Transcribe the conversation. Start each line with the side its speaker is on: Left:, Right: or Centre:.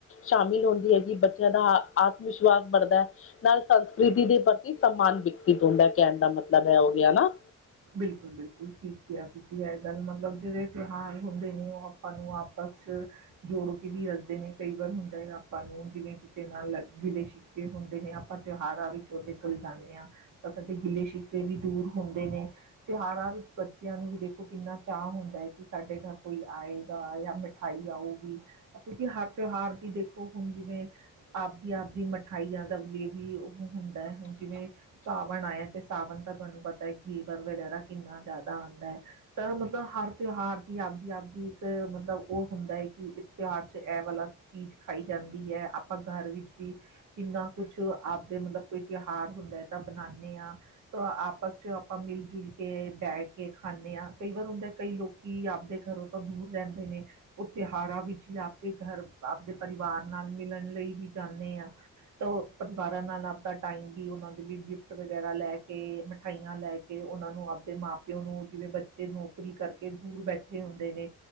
Left: ਸ਼ਾਮਿਲ ਹੁੰਦੀ ਹੈਗੀ ਬੱਚੇਆਂ ਦਾ ਆਤਮ-ਵਿਸ਼ਵਾਸ ਬੜਦੈ। ਨਾਲ ਸੰਸਕ੍ਰਿਤੀ ਦੇ ਪ੍ਰਤੀ ਸਨਮਾਨ ਵਿਕਸਿਤ ਹੁੰਦਾ ਕੈਨ ਦਾ ਮਤਲਬ ਏ ਹੋ ਗਿਆ ਨਾ।
Right: ਬਿਲਕੁਲ-ਬਿਲਕੁਲ ਠੀਕ ਕਿਆ ਤੁਸੀਂ ਏ ਗੱਲ ਮਤਲਬ ਜੇੜੇ ਤਿਉਹਾਰ ਹੁੰਦੇ ਨੇ ਓ ਆਪਾਂ ਨੂੰ ਆਪਸ ਚ ਜੋੜ ਕੇ ਵੀ ਰੱਖਦੇ ਨੇ ਕਈ ਵਾਰ ਹੁੰਦਾ ਐ ਆਪਾਂ ਨੂੰ ਜਿਵੇਂ ਕਿ ਦੇ ਨਾਲ ਗਿਲੇ-ਸ਼ਿਕਵੇ ਹੁੰਦੇ ਨੇ ਆਪਾਂ ਤੇਹਾਰਾਂ ਵਿੱਚ ਓਦੇ ਨਿਕਲ ਜਾਨੇ ਆਂ ਤਾਂ ਕਦੇ ਗਿਲੇ-ਸ਼ਿਕਵੇ ਵੀ ਦੂਰ ਹੁੰਦੇ ਨੇ ਤੇਹਾਰਾਂ ਵਿੱਚ ਬੱਚੇਆਂ ਨੂੰ ਵੀ ਦੇਖੋ ਕਿੰਨਾ ਚਾਅ ਹੁੰਦਾ ਕਿ ਸਾਡੇ ਗਰ ਕੋਈ ਆਏ। ਗਾ ਯਾਂ ਮਿਠਾਈ ਆਊਗੀ ਕਿਓਂਕਿ ਹਰ ਤੇਓਹਾਰ ਦੀ ਦੇਖੋ ਹੁਨ ਜਿਵੇਂ ਆਵਦੀ-ਆਵਦੀ ਮਿਠਾਈਆਂ ਦਾ ਲੀਏ ਵੀ ਓਹ ਹੁੰਦਾ ਹੁਨ ਜਿਵੇਂ ਸਾਵਣ ਆਏਆ ਤੇ ਸਾਵਨ ਤਾਂ ਤੁਆਨੂੰ ਪਤਾ ਐ ਘੀਵਰ ਵਗੈਰਾ ਕਿੰਨਾ ਜ਼ਾਅਦਾ ਆਂਦਾ ਏ। ਤਾਂ ਮਤਲਬ ਹਰ ਤਿਓਹਾਰ ਦੀ ਆਵਦੀ-ਆਵਦੀ ਇੱਕ ਮਤਲਬ ਓ ਹੁੰਦਾ ਐ ਕਿ ਇਸ ਤਿਓਹਾਰ ਚ ਐ ਵਾਲਾ ਚੀਜ਼ ਖਾਈ ਜਾਂਦੀ ਐ ਆਪਾਂ ਗਰ ਵਿੱਚ ਵੀ ਕਿੰਨਾ ਕੁਛ ਆਵਦੇ ਮਤਲਬ ਕੋਈ ਤੇਹਾਰ ਹੁੰਦਾ ਐ ਤਾਂ ਬਨਾਨੇ ਆਂ ਤਾਂ ਆਪਸ ਚ ਆਪਾਂ ਮਿਲ-ਜੁਲ ਕੇ ਬੈ ਕੇ ਖਾਨੇ ਆ ਕਈ ਵਾਰ ਹੁੰਦੇ ਕਈ ਲੋਕ ਕੀ ਆਵਦੇ ਗਰੋਂ ਤਾਂ ਦੂਰ ਰੈਂਦੇ ਨੇ। ਓ ਤੇਹਾਰਾਂ ਵਿੱਚ ਈ ਆਪਦੇ ਗਰ ਆਪਦੇ ਪਰਿਵਾਰ ਨਾਲ ਮਿਲਣ ਲਈ ਵੀ ਜਾਨੇ ਆਂ। ਤਾਂ ਓ ਪਰਿਵਾਰਾਂ ਨਾਲ ਅਵਦਾ ਟਾਈਮ ਵੀ ਓਨਾਂ ਦੇ ਲਈ ਗਿਫਟ ਵਗੈਰਾ ਲੈ ਕੇ, ਮਿਠਾਈਆਂ ਲੈ ਕੇ ਕੇ ਓਨਾਂ ਨੂੰ ਆਪਦੇ ਮਾਂ-ਪੇਓ ਨੂੰ ਜਿਵੇਂ ਬੱਚੇ ਨੌਕਰੀ ਕਰਕੇ ਦੂਰ ਬੈਠੇ ਹੁੰਦੇ ਨੇ